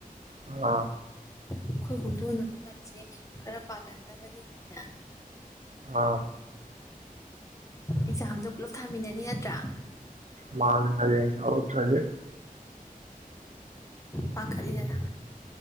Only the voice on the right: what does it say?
ꯑꯥ
ꯑꯥ
<unintelligible> ꯌꯥꯎꯔꯛꯇ꯭ꯔꯗꯤ